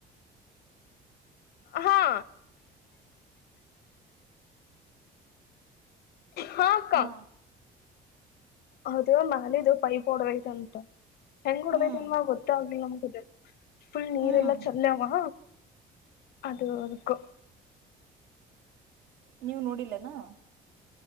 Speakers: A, on the left; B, on the right.
A: ಹಾ ಹಾಕ್ಕಾ
B: ಹಾ
A: ಹೌದು ನಾಲದುು ಪೈಪ್ ಹೊಡದೈತ ಅಂತ ಹೆಂಗ್ ಹೊಡದೈತಿನ್ವ
B: ಹ್ಮ್
A: ಗೊತ್ತಾಗ್ಲಲಿಿಲ್ಲ ನಮ್ಗುದ ಫುಲ್ ನೀರೆಲ್ಲಾ
B: ಹ್ಮ್
A: ಚಲ್ಲವ ಅದುಕ
B: ನೀವು ನೋಡಿಲ್ಲನಾ